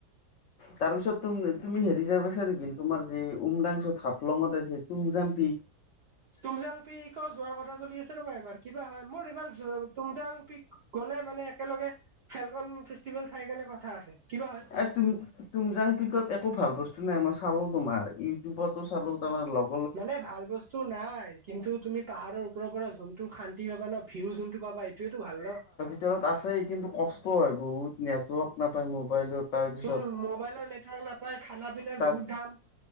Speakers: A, on the left; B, on the right.
A: তাৰপিছত তুমি হেৰি যায় পাইছা নেকি তোমাৰ যে উমৰাংছু হাফলঙত আছে টুমজাংপিক?
B: টুমজাংপিকও যোৱাৰ কথা চলি আছে ৰ'বা এইবাৰ কিবা হয় মোৰ এইবাৰ টুমজাং পিক গ'লে মানে একেলগে ফেলকন ফেষ্টিভেল চাই কেনে কথা আছে কিবা হয়।
A: এ টুম টুমজাং পিকত একো ভাল বস্তু নাই মই চালো তোমাৰ ইউটিউবতো চালো তাৰমানে ল
B: মানে ভাল বস্তু নাই, কিন্তু তুমি পাহাৰৰ ওপৰৰ পৰা যোনটো শান্তি পাবা ন ভিউ যোনটো পাবা এইটোৱেটো ভাল ন।
A: ত আছেই কিন্তু কষ্ট হয় বহুত নেটৱৰ্ক নাপায় মোবাইলত। তাৰপিছত
B: উম মোবাইলৰ নেটৱৰ্ক নাপায়, খানা পিনাৰ
A: তাত
B: বহুত দাম।